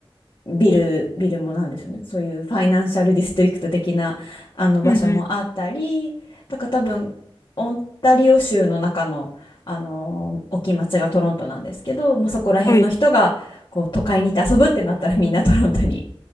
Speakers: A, on the left (about 55°); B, on the left (about 30°).
A: ビル、ビルもなんでしょうね。そういうファイナンシャルディストリクト的な、あの場所もあったり、
B: うん、うん。
A: だから多分、オンタリオ州の中の、あの、大きい町がトロントなんですけど、まあ、そこら辺の人が、
B: はい。
A: こう、都会に行って遊ぶってなったらみんなトロントに